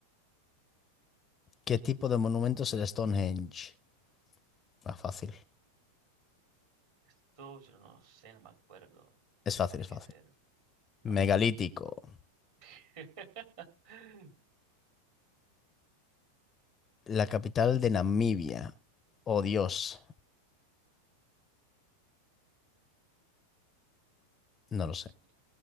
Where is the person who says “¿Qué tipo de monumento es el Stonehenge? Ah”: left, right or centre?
Left